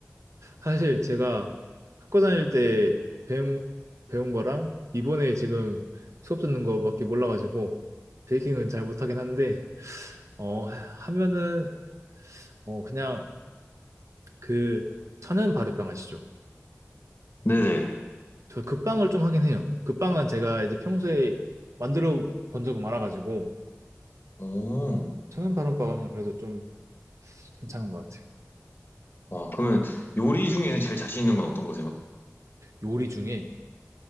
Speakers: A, on the right; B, on the left.
A: 사실 제가 학교 다닐 때 배운, 배운 거랑 이번에 지금 수업 듣는 거밖에 몰라가지고 베이킹은 잘 못하긴 한데, 어, 하- 하면은, 어, 그냥 그 천연 발효빵 아시죠?
B: 네네.
A: 저 그 빵을 좀 하긴 해요. 그 빵은 제가 이제 평소에 만들어 본 적은 많아가지고,
B: 오,
A: 천연 발효빵은 그래도 좀 괜찮은 것 같아요.
B: 와 그러면 요리 중에는 제일 자신 있는 건 어떤 거세요?
A: 요리 중에